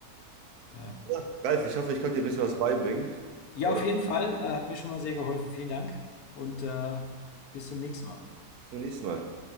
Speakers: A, on the left (about 80°); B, on the right (about 85°).
A: Ja,
B: Ja, Ralf, ich hoffe, ich konnte dir ein bisschen was beibringen.
A: ja
B: Oder
A: auf jeden Fall, äh, hat mir schon mal sehr geholfen. Vielen Dank und äh, bis zum nächsten Mal.
B: bis zum nächsten Mal.